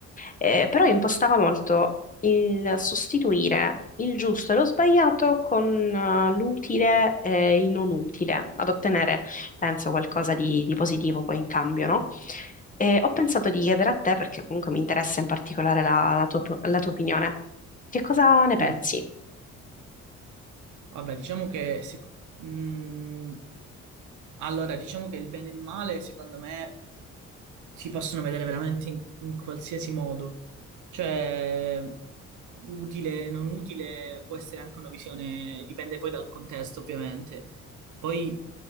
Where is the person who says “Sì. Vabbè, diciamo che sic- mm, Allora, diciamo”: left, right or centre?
Right